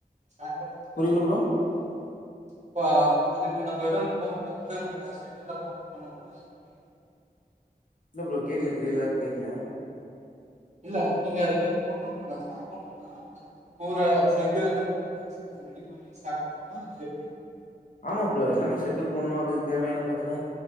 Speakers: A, on the right (about 45°); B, on the left (about 55°).
A: ஸ்டார்ட் பண்றதுக்கு
B: புரியல
A: பண்ணிடிவாங்க
B: ப்ரோ
A: அமௌண்ட் அதுக்கு நம்ம ஏதான கோரு போட்டு அந்த ஷடல்ல போட்டு பண்ணணுமா எப்டி
B: ல்ல ப்ரோ கேக்கல கிரில கேக்கல
A: இல்ல நீங்க அதுக்கு போனும்னா ஸ்டார்ட் பண்ணும்னா அதுக்கு போற ஷட்டு எல்லாம் போட்டு ரெடி பண்ணி ஸ்டார்ட் பண்ணும்னா இல்ல எப்டி
B: ன்ன ப்ரோ எல்லாமே செட்டு போடுனு அதுக்கு தேவையானா பாத்தினா